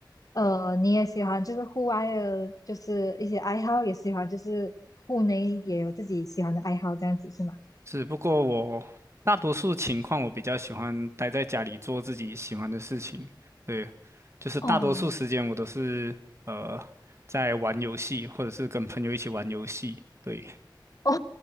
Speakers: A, on the left (about 45°); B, on the right (about 35°).
A: 呃，你也喜欢就是户外的，就是一些爱好，也喜欢就是户内也有自己喜欢的爱好，这样子是吗？
B: 是，不过我大多数情况我比较喜欢待在家里做自己喜欢的事情。对，就是大多数时间我都是呃在玩游戏，
A: 哦
B: 或者是跟朋友一起玩游戏。对，
A: 哦，